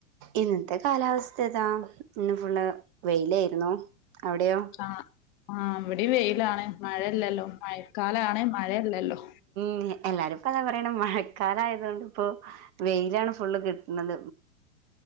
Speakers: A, on the right; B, on the left.
A: ഇന്നത്തെ കാലാവസ്ഥ ഏതാ ഇന്ന് ഫുള്ള് വെയിലായിരുന്നു അവിടെയോ
B: ആഹ് ആഹ് ഇവിടേം വെയിലാണ് മഴല്ലല്ലോ മഴക്കാലാണ് മഴല്ലല്ലോ
A: മ് എല്ലാരുംപ്പ അതാ പറയണ മഴക്കാല ആയതുകൊണ്ട് ഇപ്പൊ വെയിലാണ് ഫുള്ള് കി ട്ട്ണത്